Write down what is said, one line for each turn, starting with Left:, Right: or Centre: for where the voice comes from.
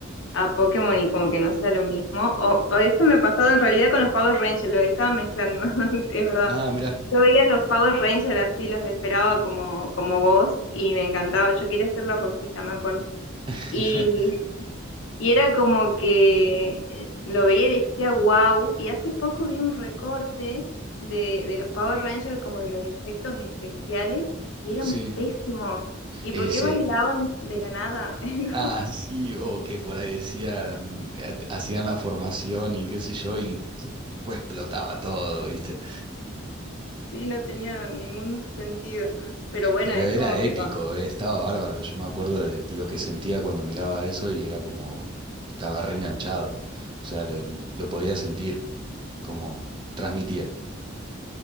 Left: a Pokémon y como que no sea lo mismo? O, o eso me ha pasado en realidad con los Power Rangers, lo estaba mezclando, <laughs> es verdad.
Right: Ah, mirá.
Left: Yo veía los Power Rangers así, los esperaba como, como vos y me encantaba. Yo quería ser la Rosita, me acuerdo.
Right: <laughs>
Left: Y, y era como que eh, lo veía y decía wow. Y hace poco vi un recorte de, de los Power Rangers como de los efectos especiales y eran
Right: Sí,
Left: pésimos. ¿Y
Right: eh,
Left: por qué
Right: sí.
Left: bailaban de la nada? <laughs>
Right: Ah, sí, o que por ahí decían, ha- hacían la formación y qué sé yo, y pues explotaba todo, ¿viste?
Left: Sí, no tenía ningún sentido. Pero bueno,
Right: Pero
Left: es
Right: era
Left: como
Right: épico,
Left: que... cua-
Right: eh, estaba bárbaro. Yo me acuerdo de lo que sentía cuando miraba eso y era como, estaba reenganchado. O sea, lo, lo podía sentir, como transmitía.